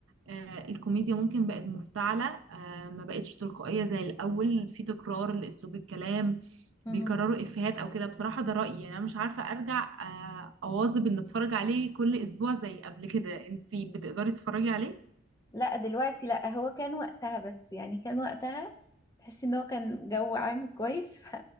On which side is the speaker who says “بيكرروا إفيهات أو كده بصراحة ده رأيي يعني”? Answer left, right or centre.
Right